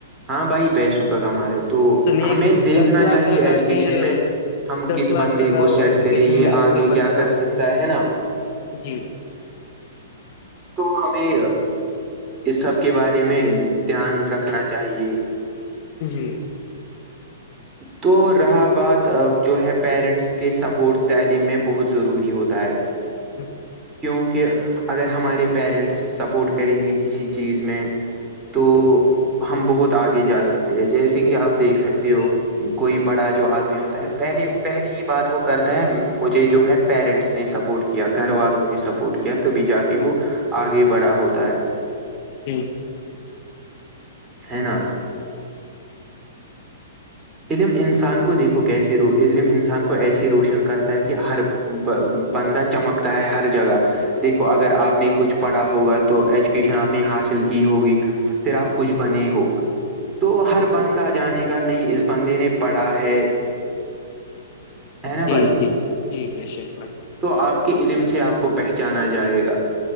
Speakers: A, on the right; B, on the left.
A: ہاں بھائی پیسوں کا کم رہ ہے تو
B: تم ایک
A: ہمیں دیکھنا
B: دس لاکھ
A: چاہیے
B: لگا
A: ایجوکیشن
B: کے
A: میں ہم
B: دس
A: کس
B: لاکھ
A: بندے
B: لگاؤ
A: کو سیٹ
B: ایجوکیشن
A: کرے یہ
B: منسٹر
A: آگے
B: بن
A: کیا
B: جاؤ
A: کر سکتا ہے ہے نا
B: جی
A: تو ہمیں اس سب کے بارے میں دھیان رکھنا چاہیے
B: جی
A: تو رہا بات جو ہے پیرنٹس کے سپورٹ تعلیم میں بہت ضروری ہوتا ہے
B: جی جی <inaudible>
A: کیونکہ اگر ہمارے پیرنٹس سپورٹ کریں گے کسی چیز میں تو ہم بہت آگے جا سکتے ہیں جیسے
B: جی
A: کہ آپ
B: جی
A: دیکھ سکتے
B: بے
A: ہو
B: شک
A: کوئی بڑا جو آدمی ہوتا ہے پہلے پہلی ہی بات وہ کرتا ہے مجھے جو ہے پیرنٹس نے سپورٹ کیا گھر والوں نے سپورٹ کیا تبھی جا کے وہ آگے بڑا ہوتا ہے
B: ٹھیک
A: ہے نا علم انسان کو دیکھو کیسے رو علم انسان کو ایسے روشن کرتا ہے کہ ہر بندہ چمکتا ہے ہر جگہ دیکھو اگر آپ نے کچھ پڑھا ہوگا تو ایجوکیشن آپ نے حاصل کی ہوگی پھر آپ کچھ بنے ہو تو ہر
B: جی
A: بندہ جانے گا نہیں اس بندے نے پڑھا ہے ہے نا
B: جی
A: بھائی
B: جی جی بشک بھائی
A: تو آپ کے علم سے آپ کو پہچانا جائے گا